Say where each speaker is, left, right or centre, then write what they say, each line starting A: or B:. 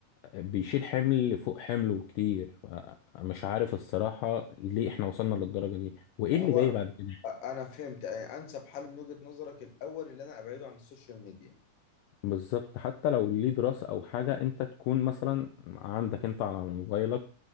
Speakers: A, on the left; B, on the left.
A: بيشيل حمل فوق حمله كتير مش عارف الصراحة ليه احنا وصلنا للدرجة دي وايه
B: فهو
A: اللي جاي بعد كده
B: انا فهمت يعني انسب حل من وجهة نظرك الاول اللي انا ابعده عن السوشيال ميديا
A: بالظبط حتى لو ليه دراسة او حاجة انت تكون مثلا عندك انت على موبايلك